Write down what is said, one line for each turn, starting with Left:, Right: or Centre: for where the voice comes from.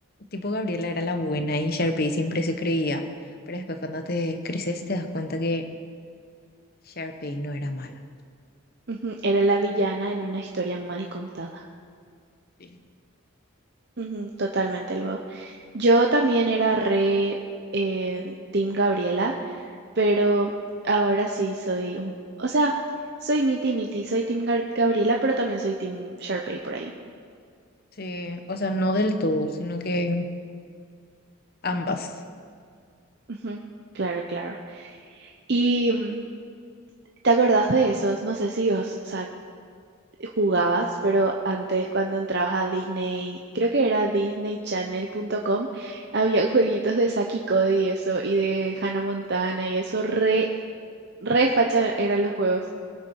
Left: tipo Gabriela era la buena y Sharpay siempre se creía, pero después cuando te creces te das cuenta que Sharpay no era mala.
Right: ujú, Era la villana en una historia mal contada.
Left: Sí.
Right: Ujú, totalmente luego. Yo también era re eh, Team Gabriela, pero ahora sí soy un... O sea, soy miti miti, soy Team Gar- Gabriela, pero también soy Team Sharpay por ahí.
Left: Sí, o sea, no del todo, sino que ambas.
Right: Ujú, Claro, claro. Y mm, te acordás de esos, no sé si vos, o sea, jugabas, pero antes cuando entrabas a Disney, creo que era Disney disneychannel.com, había jueguitos de Saki y Cody y eso, y de Hannah Montana y eso, re, re facha eran los juegos.